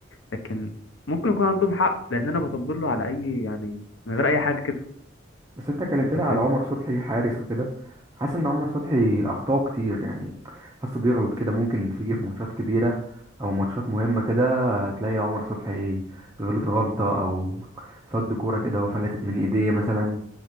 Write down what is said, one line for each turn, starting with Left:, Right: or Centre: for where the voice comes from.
Left: لكن ممكن يكون عندهم حق لان انا بطبل له على اي يعني من غير اي حاجه كده
Right: بس انت كلمتني
Left: انت فاهمني
Right: على عمر صبحي حارس وكده حاسس ان عمر صبحي اخطاؤه كتير يعني حاسه بيغلط كده ممكن تيجي في ماتشات كبيره او ماتشات مهمه كده تلاقي عمر صبحي غلط غلطه او صد كوره كده وفلتت من ايديه مثلا